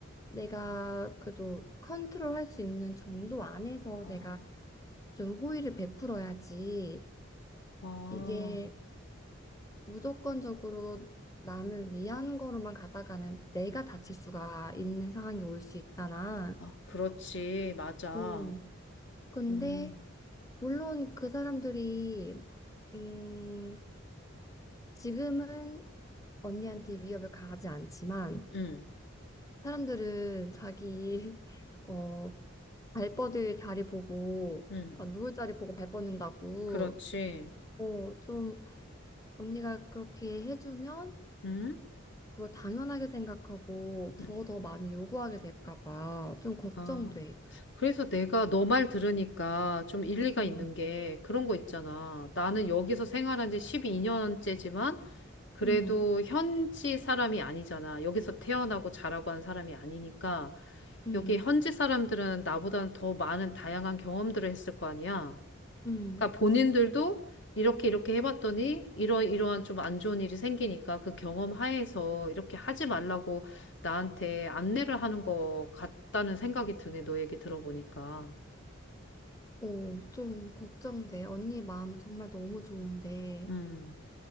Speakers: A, on the left; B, on the left.
A: 내가 그래도 컨트롤할 수 있는 정도 안에서
B: 아,
A: 내가 좀 호의를 베풀어야지
B: 아,
A: 이게 무조건적으로 남을 위한 거로만 가다가는 내가 다칠 수가 있는 상황이 올 수 있잖아.
B: 아, 그렇지. 맞아.
A: 오. 근데
B: 음,
A: 물론 그 사람들이 음 지금은 언니한테 위협을 가하지 않지만
B: 음,
A: 사람들은 자기 <laughs> 어 발뻗을 자리 보고
B: 음.
A: 아, 누울 자리 보고 발 뻗는다고
B: 그렇지.
A: 어 좀 언니가 그렇게 해주면
B: 음,
A: 그걸 당연하게 생각하고
B: 음.
A: 더 더 많이 요구하게 될까 봐 좀 걱정돼.
B: 아. 그래서 내가 너 말 들으니까 좀 일리가
A: 음.
B: 있는 게 그런 거 있잖아. 나는 여기서 생활한 지 12년째지만 그래도
A: 음.
B: 현지 사람이 아니잖아. 여기서 태어나고 자라고 한 사람이 아니니까
A: 음.
B: 여기 현지 사람들은 나보다는 더 많은 다양한 경험들을 했을 거 아니야.
A: 음.
B: 그러니까 본인들도 이렇게 이렇게 해봤더니 이러 이러한 좀 안 좋은 일이 생기니까 그 경험 하에서 이렇게 하지 말라고 나한테 안내를 하는 것 같다는 생각이 드네. 너 얘기 들어보니까.
A: 오, 좀 걱정돼. 언니 마음은 정말 너무 좋은데,
B: 음.